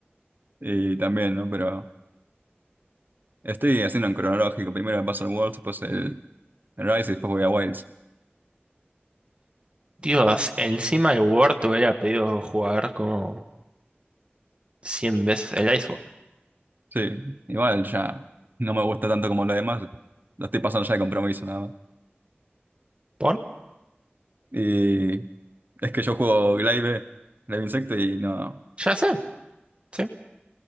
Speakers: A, on the right; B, on the right.
A: Y también, ¿no? Pero estoy haciendo en cronológico. Primero me paso el Worlds, después el el Rise y después voy a Wilds.
B: Dios, encima el Word te hubiera pedido jugar como 100 veces el Iceborne.
A: Sí, igual ya no me gusta tanto como lo demás. Lo estoy pasando ya de compromiso nada más.
B: ¿Por?
A: Y es que yo juego Glaive, Glaive Insecto y no.
B: Ya sé, sí.